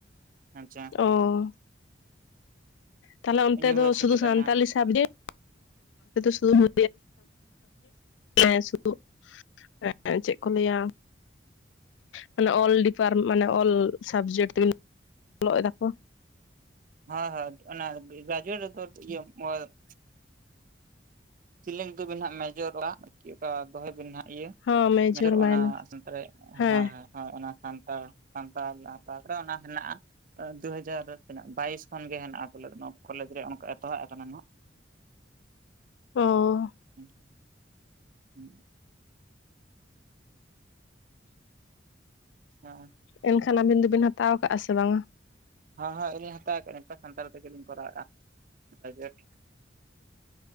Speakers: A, on the right; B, on the left.
A: ᱟᱪᱪᱷᱟ ᱾
B: ᱚᱻ ᱛᱟᱦᱚᱞᱮ ᱚᱱᱛᱮ
A: ᱤᱭᱩᱱᱤᱵᱷᱟᱨᱥᱤᱴᱤ
B: ᱫᱚ ᱥᱩᱫᱩ
A: ᱨᱮ
B: ᱥᱟᱱᱛᱟᱞᱤ
A: ᱱᱟᱦᱟᱜ
B: ᱥᱟᱵᱡᱮᱠᱴ ᱾ <unintelligible> ᱥᱩᱫᱩ ᱥᱟᱡ ᱥᱫ <unintelligible> ᱦᱮ ᱪᱮᱫ ᱠᱚ ᱞᱟᱹᱭᱟ? ᱢᱟᱱᱮ ᱚᱞ ᱰᱤᱯᱟᱨ ᱢᱟᱱᱮ ᱚᱞ ᱥᱟᱵᱡᱮᱠᱴ ᱛᱮ ᱵ ᱚᱞᱚᱜ ᱫᱟᱠᱚ,
A: ᱦᱳᱭ ᱦᱳᱭ ᱚᱱᱟ ᱜᱨᱟᱡᱩᱭᱮᱢ ᱨᱮᱫᱚ ᱤᱭᱟᱹ <unintelligible> <unintelligible> ᱫᱚᱵᱤᱱ ᱦᱟᱸᱜ ᱢᱮᱡᱚᱨᱼᱟᱜ ᱪᱮᱫᱠᱟ ᱫᱚᱦᱚᱭ ᱵᱤᱱ ᱦᱟᱸᱜ᱾ ᱤᱭᱟᱹ
B: ᱦᱚᱸ
A: ᱢᱮᱡᱚᱨ ᱚᱱᱟ
B: ᱢᱟᱭᱱᱚᱨ
A: ᱥᱟᱱᱛᱟᱲ, ᱦᱳᱭ
B: ᱦᱮᱸ
A: ᱦᱳᱭ, ᱦᱳᱭ ᱚᱱᱟ ᱥᱟᱱᱛᱟᱲ ᱥᱟᱱᱛᱟᱞ ᱛᱟᱯᱚᱨᱮ ᱚᱱᱟ ᱦᱮᱱᱟᱜᱼᱟ᱾ ᱫᱩ ᱦᱟᱡᱟᱨ ᱛᱤᱱᱟᱹᱜ ᱵᱟᱭᱤᱥ ᱠᱷᱚᱱ ᱜᱮ ᱦᱮᱱᱟᱜᱼᱟ ᱵᱚᱞᱮ ᱱᱚᱣᱟ ᱠᱚᱞᱮᱡᱽ ᱨᱮ ᱚᱱᱠᱟ ᱮᱛᱚᱦᱚᱵ ᱟᱠᱟᱱᱟ ᱱᱟᱜ᱾
B: ᱚ,
A: <inaudible> <inaudible>
B: ᱮᱱᱠᱷᱟᱱ ᱟᱵᱤᱱ ᱫᱚᱵᱤᱱ ᱦᱟᱛᱟᱣ ᱟᱠᱟᱫᱼᱟ ᱥᱮ ᱵᱟᱝᱼᱟ?
A: ᱦᱮᱸ ᱦᱳᱭ ᱟᱹᱞᱤᱧ ᱦᱟᱛᱟᱣ ᱠᱮᱫᱼᱟ ᱞᱤᱧ ᱱᱤᱛᱟᱨ ᱥᱟᱱᱛᱟᱲ ᱛᱮᱜᱮᱞᱤᱧ ᱠᱚᱨᱟᱣᱮᱫᱼᱟ ᱜᱨᱟᱡᱩᱭᱮᱴ᱾